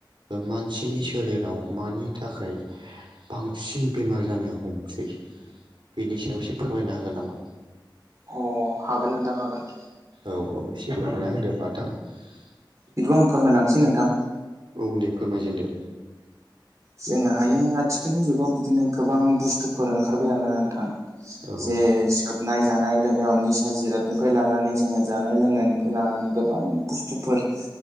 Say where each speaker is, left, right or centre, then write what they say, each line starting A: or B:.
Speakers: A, on the right (about 75°); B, on the right (about 40°).
A: मानसिनि सोलेराव मानि थाखाय बांसिन बेमार जानो हमसै बेनि सायाव एसे फोरमायनो हागोन नामा?
B: अ हागोन नोंथां हागोन
A: औ औ एसे फोरमायना होदो होमबा नोंथाङा
B: बिदिबा आं फोरमायलांसै नोंथां
A: औ दे फोरमायजेनदो
B: जोङो हायो आथिखालनि जुगाव बिदिनो गोबां बुस्थुफोर ओंखारबाय आरोना नोंथां
A: औ
B: जे सोबनाय जानाय लो-ओ निसा जिरादनिफ्राय लानानै जोङो जानाय लोंनायनिफ्राय लाना नानै गोबां बुस्थुफोर